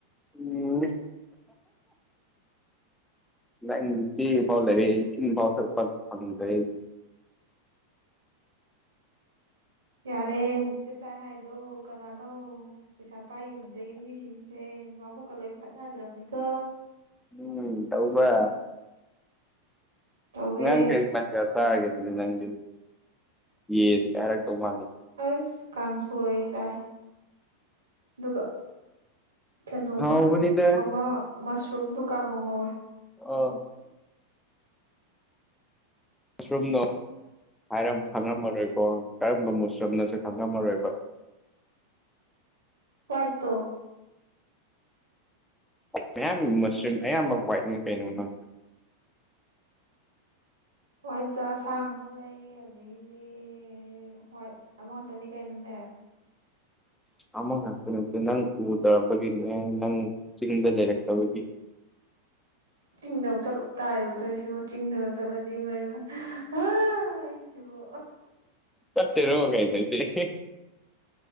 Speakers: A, in the centre; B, on the right (about 70°).
A: ꯎꯝ ꯅꯪ ꯐꯥꯎ ꯂꯩꯔꯦ ꯏꯁꯤꯡ ꯐꯥꯎ ꯊꯛꯄ ꯐꯪꯗꯦ
B: ꯌꯥꯔꯦ ꯍꯧꯖꯤꯛꯇꯤ ꯆꯥꯏ ꯍꯥꯏꯗꯣ ꯀꯅꯥꯅꯣ ꯄꯩꯁꯥ ꯄꯥꯏꯕꯗꯒꯤꯩ ꯃꯤꯁꯤꯡꯁ ꯁꯦ ꯕꯥꯕꯨꯀ ꯂꯣꯏ ꯐꯠꯅꯗ꯭ꯔꯕꯅꯤꯀꯣ
A: ꯎꯝ ꯇꯎꯕ
B: ꯇꯧꯋꯦ
A: ꯅꯥꯡ ꯀꯔꯤ ꯃꯟꯁꯤꯗ ꯆꯥꯔꯒꯦ ꯑꯗꯨꯗꯤ ꯅꯪꯗꯤ ꯌꯦ ꯀꯩꯔꯛꯇꯧ ꯃꯥꯜꯂꯣ
B: ꯑꯁ ꯀꯥꯡꯁꯣꯏ ꯆꯥꯏ ꯑꯗꯨꯒ ꯀꯩꯅꯣꯒ
A: ꯍꯥꯎꯕꯅꯤꯗ
B: ꯑꯃ ꯃꯁꯔꯨꯝꯗꯣ ꯀꯥꯡꯉꯧ ꯉꯧꯋꯦ
A: ꯑ ꯃꯨꯁ꯭ꯔꯨꯝꯅꯣ ꯍꯥꯏꯔ ꯈꯪꯉꯝꯃꯔꯣꯏꯀꯣ ꯀꯔꯝꯕ ꯃꯨꯁꯔꯨꯝꯅꯁꯨ ꯈꯪꯉꯝꯃꯔꯣꯏꯕ
B: ꯋꯥꯢꯠꯇꯣ
A: ꯃꯌꯥꯝ ꯃꯁꯔꯨꯝ ꯑꯌꯥꯝꯕ ꯋꯥꯏꯠꯅꯤꯡ ꯀꯩꯅꯣ ꯅꯪ
B: ꯍꯋꯥꯏꯠꯇꯣ ꯑꯁꯥꯡꯕ ꯂꯩ ꯑꯗꯒꯤꯗꯤ ꯍ꯭ꯋꯥꯏꯠ ꯑꯃꯨꯛ ꯉꯛꯇꯅꯤ ꯀꯩꯅꯣꯅꯦ
A: ꯑꯃꯒ ꯍꯥꯏꯅ ꯅꯪ ꯀ ꯅꯪ ꯆꯤꯡꯗ ꯂꯩꯔꯛꯇꯕꯒꯤ
B: ꯆꯤꯡꯗ ꯑꯃꯨꯛ ꯆꯠꯂꯨꯕ ꯇꯥꯔꯔꯤꯕ ꯇꯧꯣꯏꯁꯤꯕ ꯆꯤꯡꯗꯅ ꯆꯠꯂꯗꯤ ꯃꯩ ꯑꯩ ꯣ
A: ꯆꯆꯦ ꯔꯣꯒ ꯍꯥꯏꯥꯏꯗꯣꯏꯁꯦ